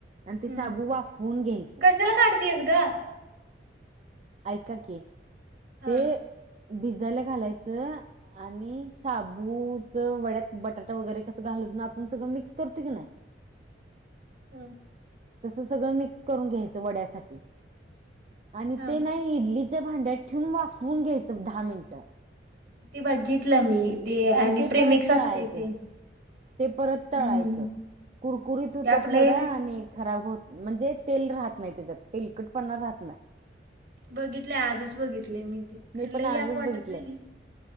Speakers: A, on the right; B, on the right.
A: आणि ते
B: हम्म
A: शाबू वाफवून घ्यायचं
B: कशाला काढतीयेस ग?
A: ऐका की
B: हा
A: ते भिजायला घालायचं आणि शाबूच वड्यात बटाटा वगैरे कसं घालून आपण सगळं मिक्स करतोय कनय
B: <unintelligible> हम्म
A: तस सगळं मिक्स करून घ्यायचं वड्यासाठी. आणि
B: हा
A: ते नाही इडलीच्या भांड्यात ठेवून वाफवून घ्यायचं दहा मिनटं.
B: ते बघितलं मी ते आणि
A: ते
B: प्रीमिक्स
A: परत तळायचं
B: असूतय ते.
A: ते परत तळायचं
B: हम्म
A: कुरकुरीत होत्यात
B: ॲप लय
A: वड
B: नाही
A: आणि खराब होत म्हणजे तेल राहत नाही त्याच्यात तेलकटपणा राहत नाही.
B: बघितलय आजच बघितलय मी ते खर
A: मी
B: लय
A: पण आजच
B: याप वाटत
A: बघितलंय
B: नाही हे